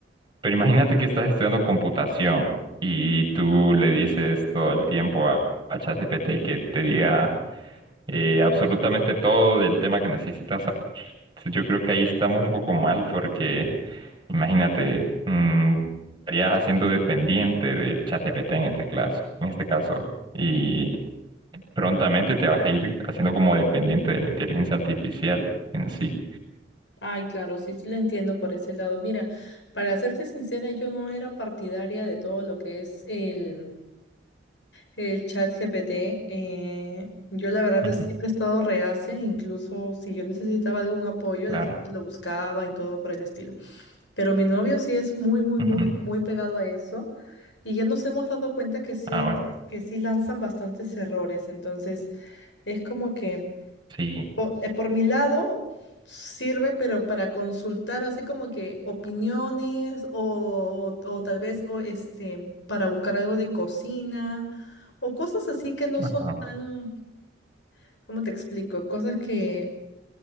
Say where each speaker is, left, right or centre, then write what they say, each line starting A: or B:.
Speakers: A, on the right; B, on the left.
A: Pero imagínate que estás estudiando computación y tú le dices todo el tiempo a, a ChatGPT que te diga eh, absolutamente todo del tema que necesitas. Yo creo que ahí estamos un poco mal porque Imagínate, mm, estarías haciendo dependiente de ChatGPT en este caso, en este caso, y prontamente te vas a ir haciendo como dependiente de la inteligencia artificial en sí.
B: Ay, claro, sí, sí lo entiendo por ese lado. Mira, para serte sincera, yo no era partidaria de todo lo que es el, el chat GPT. eh, yo la verdad
A: Ujú.
B: es- siempre he estado reacia, incluso si yo necesitaba algún apoyo,
A: Claro.
B: de frente lo buscaba y todo por el estilo. Pero mi novio sí es muy, muy,
A: Ujú.
B: muy, muy pegado a eso. Y ya nos hemos dado cuenta que sí
A: Ah,
B: hay,
A: bueno.
B: que sí lanzan bastantes errores. Entonces, es como que...
A: Sí.
B: Por, eh, por mi lado, sirve, pero para consultar así como que opiniones o, o tal vez o este, para buscar algo de cocina o cosas así que no son
A: Ajá.
B: tan, ¿cómo te explico? Cosas que